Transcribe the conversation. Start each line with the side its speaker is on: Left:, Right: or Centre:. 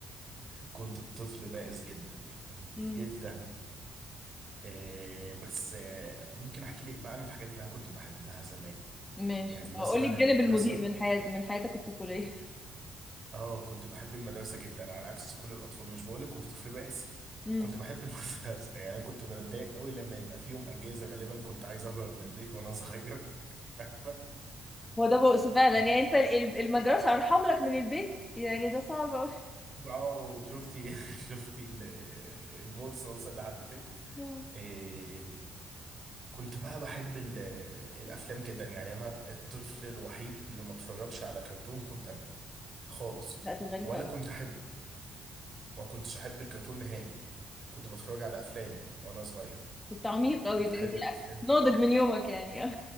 Right: <laughs> كنت طفل بائس جدا
Left: امم
Right: جدا إيه بس آه، ممكن احكي لك بقى عن الحاجات اللي انا كنت بحبها زمان
Left: ماشي
Right: يعني مثلا
Left: اقول لي الجانب
Right: المدرسه
Left: المضيء من حياة من حياتك الطفولية
Right: اه كنت بحب المدرسة جدا على عكس كل الأطفال مش بقولك كنت طفل بائس
Left: <laughs> امم
Right: كنت بحب المدرسة <laughs> يعني أنا كنت بتضايق قوي لما يبقى في يوم أجازة غالبا كنت عايز أهرب من البيت وأنا صغير <laughs> فاهمة
Left: هو ده بؤس فعلا
Right: إيه.
Left: يعني انت ال- ال- المدرسة أرحم لك من البيت يعني ده صعب أوي
Right: اه شفتي <laughs> شفتي ال- البورصة وصل لحد فين
Left: مم.
Right: إيه. كنت بقى بحب ال- آه، الأفلام جدا يعني أنا الطفل الوحيد اللي ما اتفرجش على كرتون كنت أنا خالص
Left: لا دي غريبة
Right: ولا
Left: أوي
Right: كنت أحب ما كنتش احب الكرتون نهائي كنت بتفرج على افلام وانا صغير
Left: كنت عميق أوي
Right: كنت
Left: ب-
Right: احب الافلام
Left: ناضج
Right: جدا
Left: من يومك يعني